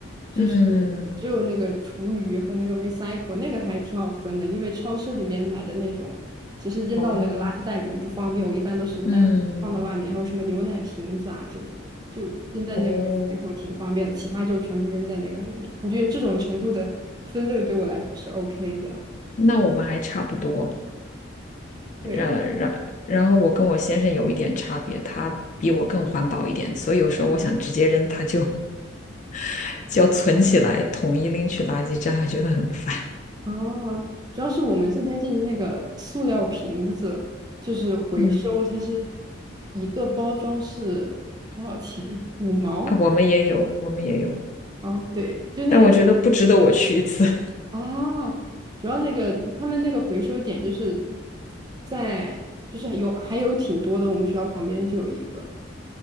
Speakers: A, on the right; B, on the left.
A: 就是
B: 嗯，
A: 只有那个厨余和那个 recycle 那个还挺好分的，因为超市里面买的那种，其实扔到那个垃圾袋里面不方便，
B: 哦，
A: 我一般都是单独放到外面，
B: 嗯，
A: 还有什么牛奶瓶子啊这种，就扔在那个
B: 哦。
A: recycle 挺方便的，其他就全部扔在那个里面。我觉得这种程度的分类对我来说是 OK 的，
B: 那我们还差不多，
A: 对。
B: 呃，然然后我跟我先生有一点差别，他比我更环保一点，所以有时候我想直接扔，他就 <laughs> 就要存起来，统一拎去垃圾站，<laughs> 觉得很烦。
A: 哦，主要是我们这边就是那个塑料瓶子，就是回收，
B: 嗯，
A: 它是一个包装是多少钱？五毛？
B: 啊，我们也有，我们也有，
A: 嗯，对，就那个
B: 但我觉得不值得我去一次。<laughs>
A: 啊，主要那个他们那个回收点就是在，就是有还有挺多的，我们学校旁边就有一个，